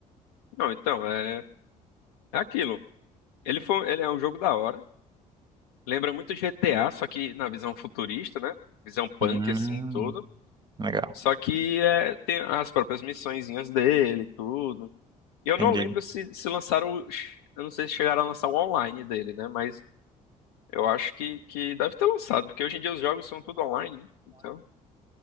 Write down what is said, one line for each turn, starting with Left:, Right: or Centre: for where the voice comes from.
Left: Não, então, é, é aquilo. Ele foi, ele é um jogo da hora. Lembra muito GTA, só que na visão futurista, né? Visão punk,
Right: Hum,
Left: assim, tudo.
Right: legal,
Left: Só que é, tem as próprias missõezinhas dele, e tudo. E eu
Right: entendi.
Left: não lembro se, se lançaram. o- Eu não sei se chegaram a lançar o online dele, né? Mas eu acho que, que deve ter lançado, porque hoje em dia os jogos são tudo online, né? Então.